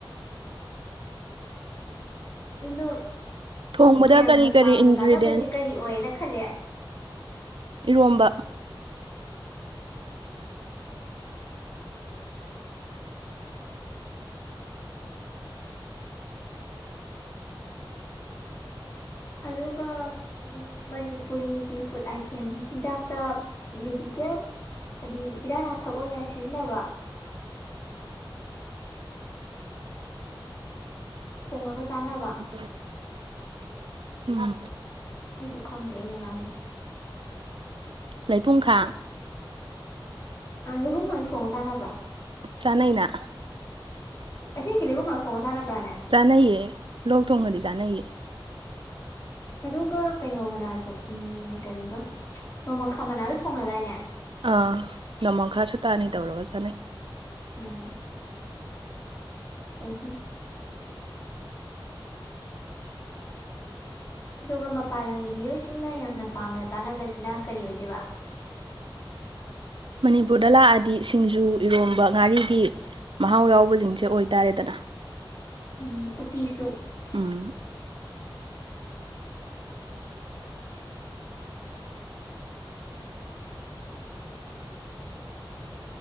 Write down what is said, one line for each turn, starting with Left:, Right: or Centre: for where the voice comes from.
Left: ꯑꯗꯣ
Right: ꯊꯣꯡꯕꯗ
Left: ꯃꯌꯥꯝꯅ
Right: ꯀꯔꯤ ꯀꯔꯤ
Left: ꯄꯥꯝꯅ
Right: ꯏꯟꯒ꯭ꯔꯤꯗꯤꯌꯦꯟ
Left: ꯆꯥꯅꯕꯁꯦ ꯀꯔꯤ ꯑꯣꯏꯌꯦꯅ ꯈꯜꯂꯦ
Right: ꯏꯔꯣꯝꯕ
Left: ꯑꯗ ꯀ ꯃꯅꯤꯄꯨꯔꯤꯒꯤ ꯐꯨꯗ ꯑꯥꯏꯇꯦꯝ ꯆꯤꯟꯖꯥꯛꯇ ꯃꯦꯗꯤꯀꯦꯜ ꯍꯥꯏꯗꯤ ꯏꯤꯔꯥꯛ ꯂꯅꯥꯊꯛ ꯑꯣꯏꯅ ꯁꯤꯖꯤꯟꯅꯕ ꯊꯣꯡꯉꯒ ꯆꯥꯟꯅꯕ
Right: ꯎꯝ ꯎꯝ
Left: ꯑꯩꯁꯨ ꯈꯪꯗꯦ ꯑꯩꯅ ꯉꯥꯡꯉꯤꯁꯦ
Right: ꯂꯩꯄꯨꯡꯈꯥ
Left: ꯑꯥ ꯂꯩꯄꯨꯡꯋꯥꯁꯦ ꯊꯣꯡꯉ ꯆꯥꯅꯕ꯭ꯔꯣ
Right: ꯆꯥꯅꯩꯅ
Left: ꯏꯁꯤꯡꯀꯤ ꯂꯩꯕꯨꯡ ꯈꯥꯡ ꯊꫭꯡꯉ ꯆꯥꯟꯅꯕ꯭ꯔꯥꯅꯦ
Right: ꯆꯥꯅꯩꯌꯦ ꯂꯣꯛ ꯊꯣꯡꯒꯗꯤ ꯆꯥꯅꯩꯌꯦ
Left: ꯑꯗꯨꯒ ꯀꯩꯅꯣ ꯃꯅꯥꯁꯨ ꯎꯝ ꯀꯔꯤꯕ ꯅꯣꯡꯃꯈꯥ ꯃꯅꯥꯁꯨ ꯊꯣꯡꯅꯗꯥꯏꯅꯦ
Right: ꯑꯥ ꯅꯣꯡꯃ ꯈꯥꯁꯨ ꯇꯥꯅꯤ ꯇꯧꯔꯒ ꯆꯠꯅꯩ
Left: ꯎꯝ ꯑꯗꯒꯤ ꯑꯗꯨꯒ ꯃꯄꯥꯟ ꯂꯝꯒꯤ ꯃꯤꯑꯣꯏꯁꯤꯡꯅ ꯌꯥꯝꯅ ꯄꯥꯝꯅ ꯆꯥꯅꯕꯁꯤꯅ ꯀꯔꯤ ꯑꯣꯏꯗꯣꯏꯕ
Right: ꯃꯅꯤꯄꯨꯔꯗ ꯂꯥꯛꯑꯗꯤ ꯁꯤꯡꯖꯨ ꯏꯔꯣꯝꯕ ꯉꯥꯔꯤꯒꯤ ꯃꯍꯥꯎ ꯌꯥꯎꯕꯁꯤꯡꯁꯦ ꯑꯣꯏꯇꯥꯔꯦꯗꯅ
Left: ꯎ ꯎꯇꯤꯁꯨ
Right: ꯎꯝ